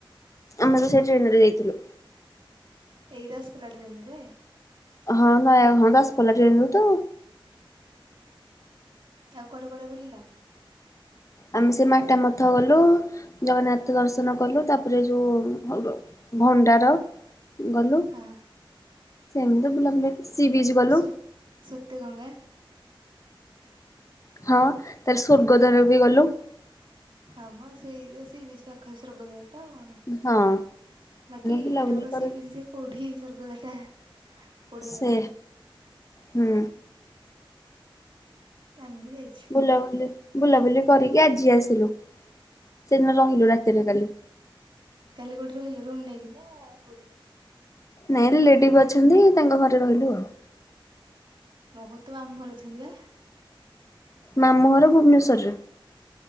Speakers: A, on the left (about 35°); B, on the right (about 65°).
A: ଆମେ ତ ସେ ଟ୍ରେନରେ ଯାଇଥିଲୁ।
B: ଏଇ ଦସପଲା ଟ୍ରେନ ରେ
A: ହଁ ନାଇଁ ହଁ ଦସପଲା ଟ୍ରେନ ରେ ତ
B: ଆଉ କୁଆଡେ କୁଆଡେ ବୁଲିଲ?
A: ଆମେ ସେ ମାତା ମଠ ତ ଗଲୁ ଜଗନ୍ନାଥ ଦର୍ଶନ କଲୁ ତାପରେ ଯୋଉଁ ଭଣ୍ଡାର ଗଲୁ
B: ହଁ
A: ସେମିତି ବୁଲାବୁଲି ସି ବିଚ୍ ଗଲୁ
B: ସୁ ସ୍ୱେତେ ଗଙ୍ଗା
A: ହଁ ତାପରେ ସ୍ୱର୍ଗଦ୍ୱାର ବି ଗଲୁ।
B: ହଁ ମ ସେଇ ସି ବିଚ ପାଖରେ ସ୍ୱର୍ଗ ଦ୍ୱାର କଣ
A: ହଁ
B: ବାକି
A: ବୁଲାବୁଲି
B: ଏଡ଼େ ବଡ଼
A: କରି
B: ସିବିଚ ଯେ କୋଉଁଠି ସ୍ୱର୍ଗଦ୍ୱାର ଟା।
A: ସେ
B: <unintelligible>
A: ହୁଁ।
B: ଆମେଭି ଯାଇଛୁ।
A: ବୁଲାବୁଲି ବୁଲାବୁଲି କରିକି ଆଜି ଆସିଲୁ ସେଦିନ ରହିଲୁ ରାତିରେ କାଲି
B: କାଲି କୋଉଁଠି ରହିଲ ରୁମ୍ ନେଇକିନା କୋଉଁଠି?
A: ନାଇଁ ରିଲେଟିଭ ଅଛନ୍ତି ତାଙ୍କ ଘରେ ରହିଲୁ ଆଉ।
B: <unintelligible> ଘର ଅଛନ୍ତି ବା
A: ମାମୁଁଘର ଭୁବନେଶ୍ଵରରେ